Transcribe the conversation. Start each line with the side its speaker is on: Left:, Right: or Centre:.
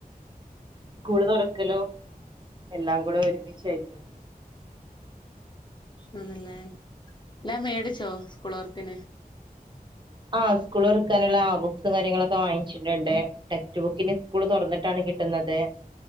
Right: സ്കൂള് തുറക്കലോ എല്ലാം കൂടെ ഒരുമിച്ചായിപ്പോയി.
Left: ആന്നല്ലേ, എല്ലാം മേടിച്ചോ സ്കൂള് തൊറപ്പിന്.
Right: ആ സ്കൂള്തൊറക്കാനുള്ള ആ ബുക്സും കാര്യങ്ങളൊക്കെ വാങ്ങിച്ചിട്ടുണ്ട്, ടെക്സ്റ്റ് ബുക്കിനി സ്കൂള് തുറന്നിട്ടാണ് കിട് ട്ടുന്നത്